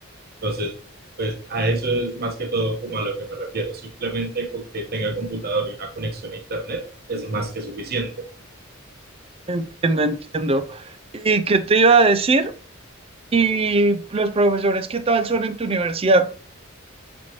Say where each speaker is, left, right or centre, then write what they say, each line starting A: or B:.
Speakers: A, on the right; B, on the right.
A: Entonces, pues a eso es más que todo como a lo que me refiero. Simplemente con que tenga computador y una conexión a internet es más que suficiente.
B: Entiendo, entiendo. ¿Y qué te iba a decir? ¿Y los profesores qué tal son en tu universidad?